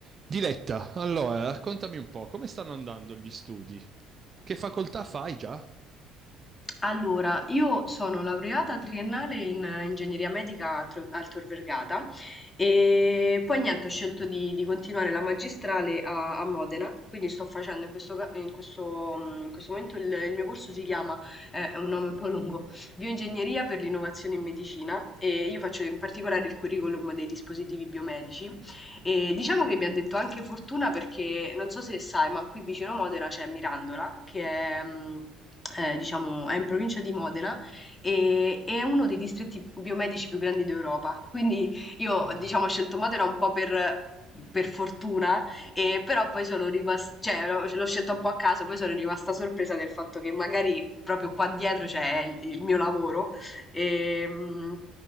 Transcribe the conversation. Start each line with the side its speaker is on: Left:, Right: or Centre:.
Right: Diletta, allora raccontami un po', come stanno andando gli studi? Che facoltà fai già?
Left: Allora, io sono laureata triennale in eh, ingegneria medica a Tro- al Tor Vergata e poi niente, ho scelto di, di continuare la magistrale a, a Modena, quindi sto facendo in questo, ca- in questo, mm, in questo momento il, il mio corso si chiama, eh, è un nome un po' lungo, Bioingegneria per l'innovazione in medicina e io faccio in particolare il curriculum dei dispositivi biomedici e diciamo che mi ha detto anche fortuna perché non so se sai, ma qui vicino Modena c'è Mirandola, che è, mh, eh, diciamo, è in provincia di Modena e e è uno dei distretti biomedici più grandi d'Europa. Quindi io,
Right: Ah.
Left: diciamo, ho scelto Modena un po' per. per fortuna, e però poi sono rimasta, cioè l'ho l'ho scelta un po' a caso, poi sono rimasta sorpresa del fatto che magari proprio qua dietro c'è il, il mio lavoro. E, mh,